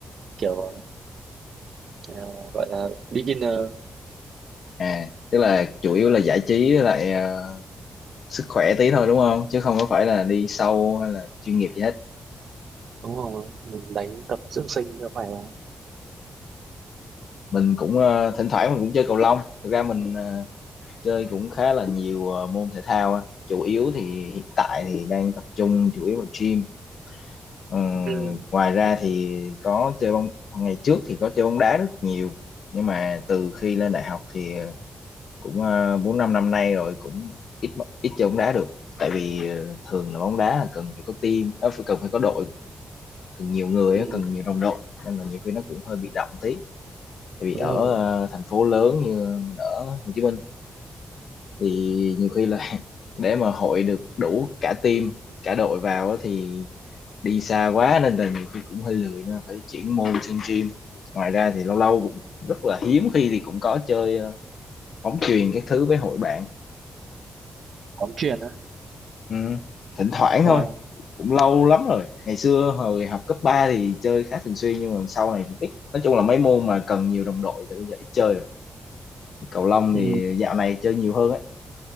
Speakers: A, on the right; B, on the left.
A: kiểu ờ, gọi là beginner
B: à, tức là chủ yếu là giải trí với lại ờ, sức khỏe tí thôi đúng không? Chứ không có phải là đi sâu hay là chuyên nghiệp gì hết.
A: đúng không? Mình đánh tập dưỡng sinh cho phải không?
B: mình cũng ờ, thỉnh thoảng mình cũng chơi cầu lông thực ra mình ờ, chơi cũng khá là nhiều ờ, môn thể thao á chủ yếu thì hiện tại thì đang tập trung chủ yếu vào gym Ờ,
A: Ừ.
B: ngoài ra thì có chơi bóng ngày trước thì có chơi bóng đá rất nhiều nhưng mà từ khi lên đại học thì ờ, cũng ờ, bốn năm năm nay rồi cũng ít ít chơi bóng đá được tại vì ờ, thường là bóng đá là cần phải có team ờ, phải cần phải có đội cần nhiều người
A: Ừ.
B: á, cần nhiều đồng đội nên là nhiều khi nó cũng hơi bị động tí tại vì
A: đúng
B: ở
A: rồi
B: ờ, thành phố lớn như mình ở Hồ Chí Minh thì nhiều khi là <laughs> để mà hội được đủ cả team cả đội vào á thì đi xa quá nên là nhiều khi cũng hơi lười nên là phải chuyển môn sang gym ngoài ra thì lâu lâu cũng rất là hiếm khi thì cũng có chơi ờ, bóng chuyền các thứ với hội bạn
A: bóng chuyền á
B: ừ. thỉnh thoảng thôi
A: wow
B: cũng lâu lắm rồi ngày xưa hồi học cấp 3 thì chơi khá thường xuyên nhưng mà sau này cũng ít nói chung là mấy môn mà cần nhiều đồng đội thì bây giờ ít chơi rồi cầu lông
A: ừ,
B: thì dạo này chơi nhiều hơn á.